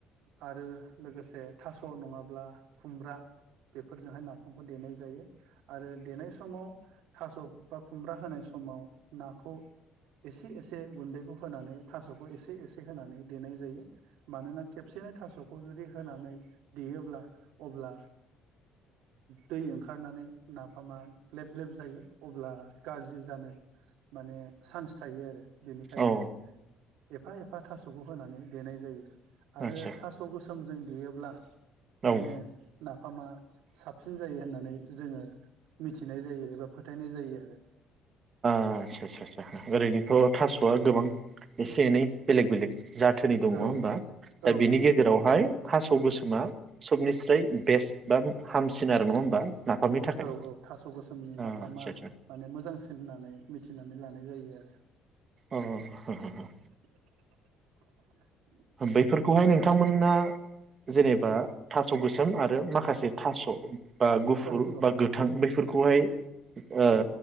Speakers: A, on the right (about 85°); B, on the right (about 30°).
A: आरो लोगोसे थास' नङाब्ला खुमब्रा बेफोरजोंहाय नाफामखौ देनाय जायो आरो देनाय समाव थास'बा खुमब्रा होनाय समाव नाखौ एसे एसे गुन्दैखौ होनानै थास'खौ एसे एसे होनानै देनाय जायो। मानोना खेबसेनो थास'खौ जुदि होनानै देयोब्ला अब्ला दै ओ ओंखारनानै नाफामा ग्लेब ग्लेब जायो अब्ला गाज्रि जानो माने चान्स थायो आरो बेनिखायनो
B: औ
A: एफा एफा थास'खौ होनानै देनाय जायो आरो
B: आदसा
A: थास' गोसो समजों देयोब्ला माने
B: औ
A: नाफामा साबसिन जायो होननानै जोङो मिथिनाय जायो एबा फोथायनाय जायो आरो।
B: आससा आससा आस्सा ओरैनोथ' थास'आ गोबां एसे एनै बेलेग बेलेग जा थोनि दङ
A: औ
B: बा दा
A: औ
B: बिनि
A: नंगौ
B: गेजेरावहाय
A: नंगौ
B: थास' गोसोमा सबनिसाय बेस्ट बा हामसिन आरो नङा होमबा। नाफामनि थाखाय
A: औ औ थास' गोसोमनि
B: आदसा
A: नाफामा
B: आदसा
A: माने मोजांसिन होननानै मिथिनानै लानाय जायो आरो।
B: अ' हो हो
A: <inaudible>
B: बैफोरखौहाय नोंथांमोना जेनेबा
A: औ
B: थास' गोसोम आरो माखासे थास' बा गुफुर
A: औ औ
B: बा गोथां बे फोरखौहाय ओ
A: औ